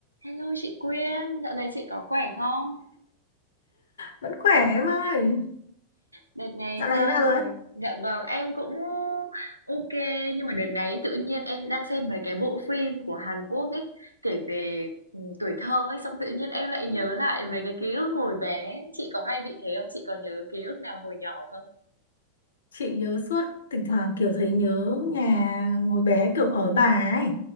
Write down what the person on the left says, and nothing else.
vẫn khỏe em ơi
dạo này
thế nào
rồi
chị nhớ suốt thỉnh thoảng kiểu thấy nhớ nhà hồi bé kiểu ở bà ấy